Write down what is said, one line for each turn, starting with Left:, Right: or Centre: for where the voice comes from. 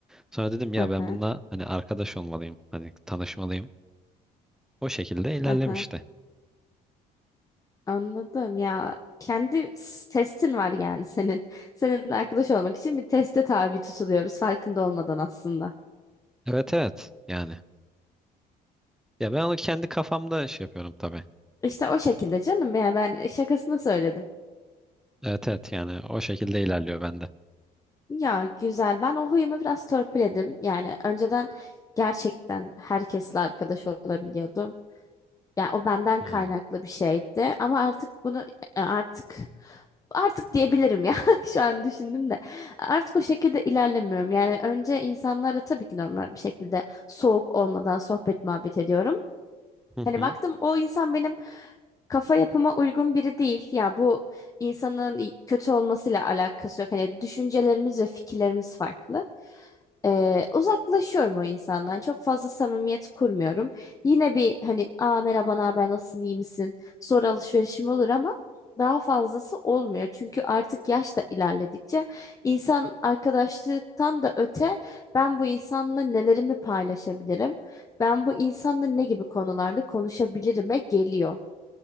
Centre: Sonra dedim ya
Left: Hı
Centre: ben
Left: hı.
Centre: bununla hani arkadaş olmalıyım. Hani tanışmalıyım. O şekilde ilerlemişti.
Left: Hı hı. Anladım ya. Kendi s- testin var yani senin. Senin arkadaş olmak için bir teste tabi tutuluyoruz farkında olmadan aslında.
Centre: Evet evet yani. Ya ben onu kendi kafamda şey yapıyorum tabii.
Left: İşte o şekilde canım ya ben şakasını söyledim.
Centre: Evet evet yani o şekilde ilerliyor bende.
Left: Ya güzel ben o huyumu biraz törpüledim. Yani önceden gerçekten herkesle arkadaş olabiliyordum. Yani o benden
Centre: Hmm.
Left: kaynaklı bir şeydi ama artık bunu e, artık artık diyebilirim ya <laughs> şu an düşündüm de artık o şekilde ilerlemiyorum. Yani önce insanlarla tabii ki normal bir şekilde soğuk olmadan sohbet muhabbet ediyorum.
Centre: Hı hı.
Left: Hani baktım o insan benim kafa yapıma uygun biri değil. Ya bu insanın kötü olmasıyla alakası yok. Hani düşüncelerimiz ve fikirlerimiz farklı. Ee, uzaklaşıyorum o insandan. Çok fazla samimiyet kurmuyorum. Yine bir hani aa merhaba ne haber nasılsın iyi misin? Sonra alışverişim olur ama daha fazlası olmuyor. Çünkü artık yaş da ilerledikçe insan arkadaşlıktan da öte ben bu insanla nelerimi paylaşabilirim? Ben bu insanla ne gibi konularda konuşabilirime geliyor.